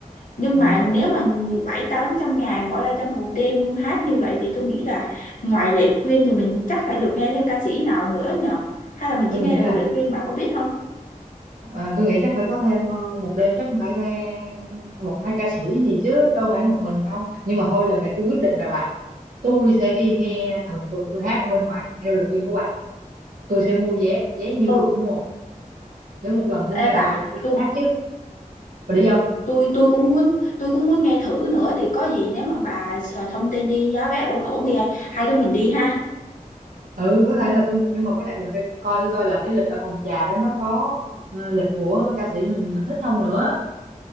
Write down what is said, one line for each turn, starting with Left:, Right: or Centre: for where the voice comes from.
Left: nhưng
Right: ừ.
Left: mà nếu mà bảy tám trăm ngàn bỏ ra trong một đêm hát như vậy thì tôi nghĩ là ngoài Lệ Quyên thì mình chắc phải được nghe thêm ca sĩ nào nữa nhở hay là mình
Right: tôi
Left: chỉ nghe
Right: nghĩ
Left: được
Right: là
Left: Lệ Quyên bà có biết không
Right: à, tôi nghĩ chắc phải có thêm ờ, một đêm chắc cũng phải hai, một hai ca sĩ gì chứ đâu phải một mình không nhưng mà thôi lần này tôi quyết định rồi bà tôi sẽ đi nghe thần tượng tôi hát ở bên ngoài theo lời khuyên của bà tôi sẽ mua vé vé nhiêu
Left: ừ
Right: tôi cũng mua để một lần tôi nghe
Left: ê bà
Right: thần tượng của
Left: tôi
Right: tôi hát chứ và đi không
Left: tôi tôi cũng muốn tôi cũng muốn nghe thử nữa thì có gì nếu mà bà sợ thông tin đi giá vé ổn ổn thì hai đứa mình đi ha
Right: ừ có thể là tôi nhưng mà với lại mình phải coi thử coi là cái lịch ở phòng trà đó nó có ờ, lịch của ca sĩ mình mình thích không nữa